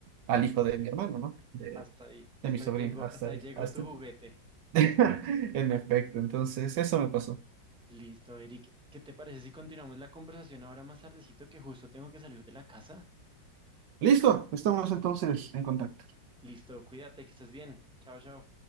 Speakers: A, on the right; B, in the centre.
A: al hijo de mi hermano, ¿no? De,
B: Hasta ahí, hasta
A: de mi sobrino,
B: ahí llegó,
A: hasta
B: hasta
A: ahí,
B: ahí llegó
A: hasta
B: tu juguete.
A: <laughs> en efecto, entonces eso me pasó.
B: Listo, Eric. ¿Qué te parece si continuamos la conversación ahora más tardecito que justo tengo que salir de la casa?
A: Listo, estamos entonces en contacto.
B: Listo, cuídate, que estés bien. Chao, chao.